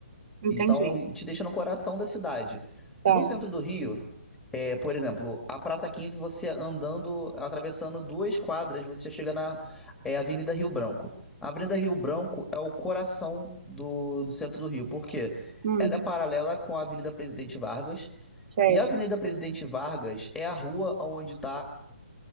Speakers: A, on the right; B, in the centre.
A: entendi.
B: então, te deixa no coração da cidade.
A: Tá.
B: No centro do Rio, é, por exemplo, a Praça Quinze. você andando, atravessando duas quadras, você já chega na, é, Avenida Rio Branco. A Avenida
A: sei.
B: Rio Branco é o coração do, do centro do Rio, porque
A: Hum.
B: ela é paralela com a Avenida Presidente Vargas.
A: Certo.
B: E a Avenida Presidente Vargas é a rua onde está